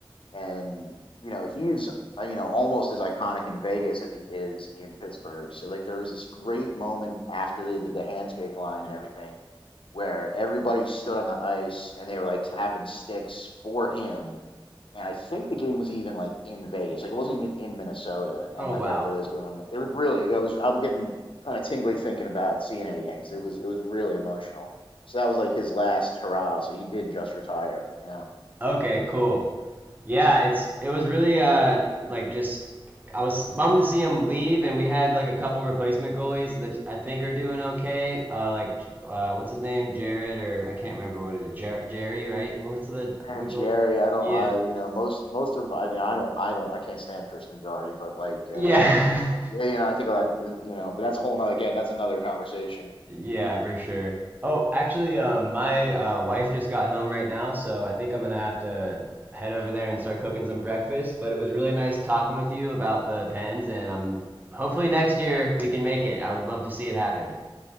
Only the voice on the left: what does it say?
And you know he's uh, you know almost as iconic in Vegas as he is in Pittsburgh. So like there was this great moment after they did the handshake line and everything, where everybody stood on the ice and they were like tapping sticks for him and I think the game was even like in Vegas. Like it wasn't even in Minnesota, and
like
everybody was going. It was really. I was. I'm getting kind of tingly thinking about seeing it again because it was. It was really emotional. So that was like his last hurrah. So he did just retire. Yeah.
And
Jerry, I don't.
I you know most most of. I mean, I don't. I don't. I can't stand Tristan Jari, but like. uh
yeah, you know, I think a lot, uh, you know, but that's a whole nother, again, that's another conversation.